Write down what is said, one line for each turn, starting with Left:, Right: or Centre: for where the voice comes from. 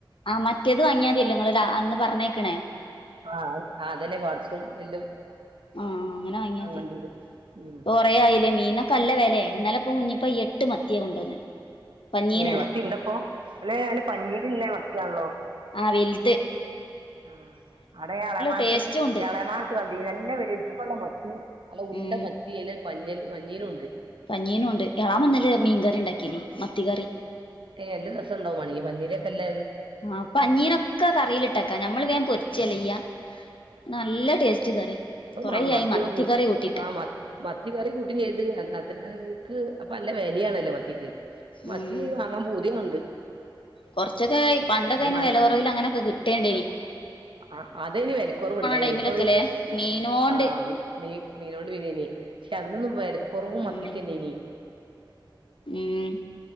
Left: ആഹ് മറ്റേത് വങ്ങിയാ മതീല്ലോ ഇങ്ങള് രാ അന്ന് പറഞ്ഞേക്കണെ
Right: ആഹ് അതെന്നെ പാട്സും എല്ലും.
Left: ആഹ് അങ്ങനെ വാങ്ങിയതി.
Right: വാങ്ങണ്ടിരും ഉം
Left: കൊറേആയിലെ മീനൊക്കെ നല്ല വെലെ ഇന്നലെ ഇപ്പൊ കുഞ്ഞിപ്പ എട്ട് മത്തിയ കൊണ്ടുവന്നെ. പഞ്ഞീന്ള്ളേ
Right: ഏഹ് മത്തി ഇണ്ടപ്പൊ. ലേ അല്ലെ പഞ്ഞീര്ള്ള മത്തിയാണല്ലൊ.
Left: ആഹ് വൽത്.
Right: ആഹ് അടേ എളമാട്ത്
Left: ടേസ്റ്റും ഉണ്ട്
Right: എളമാട്ത്. കണ്ടീന്നു നല്ല വൽപള്ള മത്തി. അല്ല ഉണ്ട
Left: ഉം
Right: മത്തി. യെല പഞ്ഞ പഞ്ഞീലും ഉണ്ട്
Left: പനീനും ഉണ്ട് എളാമന്നലെ മീൻകറി ഇണ്ടാക്കീന്. മത്തി കറി.
Right: എല്ല രസം ഇണ്ടാവും വേണങ്കി പഞീരൊക്കെല്ല.
Left: ആഹ് പഞീനൊക്കെ കറീലെട്ടക നമ്മൾ വേം പൊരിച്ചല്യയ്യ നല്ല ടേസ്റ്റ് കറി.
Right: അപ്പൊമാ
Left: കൊറേയായി
Right: മത്തിയൊകെ
Left: മത്തിക്കറി
Right: കൂട്ടി
Left: കൂട്ടിട്ട്
Right: ആഹ് മ മത്തി കറി കൂട്ടി ചെയ്ത് എന്നാ തന്നെ. ക്ക് അപ്പൊ അല്ല വെലയാണല്ലൊ മത്തിക്ക്. മത്തി
Left: ഉം
Right: വാങ്ങാൻ പൂതിയകണ്ട്.
Left: കൊറച്ചൊക്കെ ഈ പണ്ടൊകയിന്
Right: അത് വാങ്ങി
Left: വെല കൊറവിലങ്ങനൊകെ കിട്ടെണ്ടെയ്ന്-
Right: ആഹ് അതയിന് വെലക്കുറവ്ണ്ടയ്ന്.
Left: ടൈമിലൊക്കെല്ലേ
Right: ഇപ്പൊത്
Left: മീനോണ്ട്
Right: ആഹ് മീനോണ്ട് മീനേന്. പഷെ അന്നൊന്നും വെല കൊറവ്
Left: ഉം
Right: മത്തിക്കെന്നേന്.
Left: ഉം